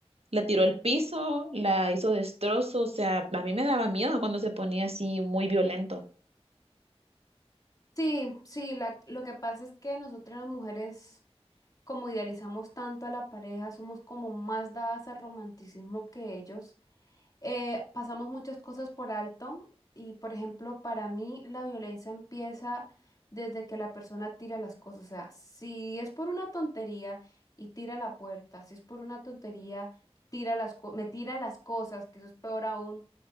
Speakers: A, on the right; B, on the left.
A: la tiró al piso, la hizo destrozo, o sea, a mí me daba miedo cuando se ponía así muy violento.
B: Sí, sí, la, lo que pasa es que nosotras las mujeres como idealizamos tanto a la pareja, somos como más dadas al romanticismo que ellos. Eh, pasamos muchas cosas por alto y, por ejemplo, para mí la violencia empieza desde que la persona tira las cosas. O sea, si es por una tontería y tira la puerta, si es por una tontería, tira las co- me tira las cosas, que eso es peor aún.